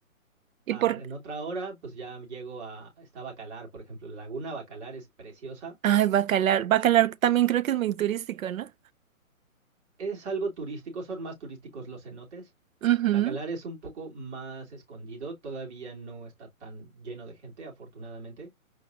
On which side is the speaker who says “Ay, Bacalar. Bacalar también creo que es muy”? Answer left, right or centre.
Right